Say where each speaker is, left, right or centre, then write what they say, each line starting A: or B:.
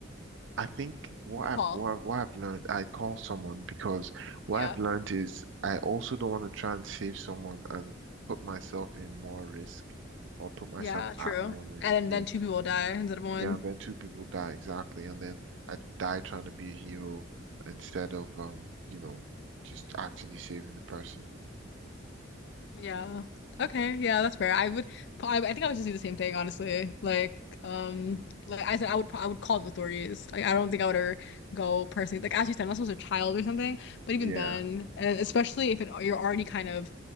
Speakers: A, on the right; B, on the left.
A: I think what
B: Good
A: I've
B: call.
A: what, what I've learned, I call someone because what
B: Yeah.
A: I've learned is I also don't want to try and save someone and put myself in more risk or put myself
B: Yeah, true.
A: at more risk.
B: And
A: Yeah.
B: then two people die instead of one.
A: Yeah, and then two people die exactly, and then I die trying to be a hero instead of um, you know, just actually saving the person.
B: Yeah.
A: Mm.
B: Okay. Yeah, that's fair. I would. I, I think I would just do the same thing, honestly. Like, um, like I said, I would. I would call the authorities. Like, I don't think I would ever go personally. Like, as you said, unless it was a child or something. But
A: Yeah.
B: even then, and especially if it, you're already kind of